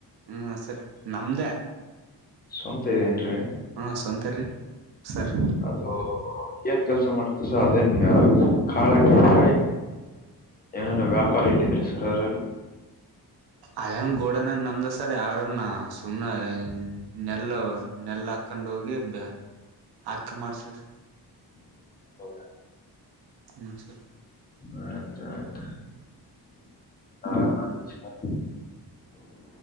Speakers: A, on the right; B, on the left.
A: ಹ್ಮ್ ಸರ್ ನಮ್ದೇ
B: ಸವಂತ ಇದೆೇಏನ್ರರಿ
A: ಹಾ ಸವಂತೀ ಸರ್
B: ಅದು ಏನ್ ಕೆಲ್ಸ ಮಾಡ್ತಸ ಅದೇನ್ ಕಾಳ ಕೆಂದ್ರ.. ಏನೇನ ವ್ಯಾಪಾರ ಇಟ್ಟಿದ್ರೆ ಸರರಲ್ಲಿ..
A: ಅಯಂಗ ಗೋಡನ ನಮ್ದ ಸರ್ ಯಾರನ್ನ ಸುಮ್ನೆ.. ನೆಲ್ಲ ನೆಲ್ಲ ಹಾಕ್ಕೊಂಡ ಹೋಗಿ ಬ ಹಾಕಿ ಮಾಡ್ಸರ್
B: ಹೌದಾ
A: ಹ್ಮ್ ಸರಿ
B: ಆಯ್ತಾ ಆಯ್ತಾ ಸಾರ ಗುರ್ರ್